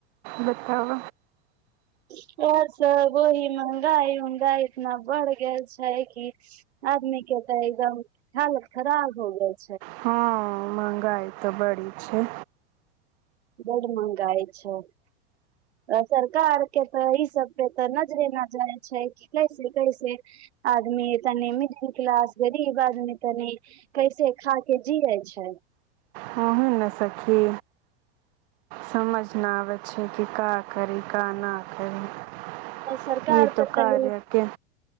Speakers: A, on the right; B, on the right.
A: बताब
B: इहे सब वही महंगाई उंगाई इतना बढ़ गेल छै कि आदमी कहताै एकदम हालत खराब हो गए
A: हँ महंगाई तऽ बड़ी छै
B: बड मंहगाइ छै सरकार के तऽ ई सब पे तऽ नजरे न जाइ छै कि कैसे कैसे आदमी तनि मिडिल क्लास गरीब आदमी तनि कैसे खा के जीेए छै ह
A: ह हू न सखी समझ न आबे छै कि का करी का न करि
B: सरकार
A: ई तो
B: तऽ खाली
A: कार्या के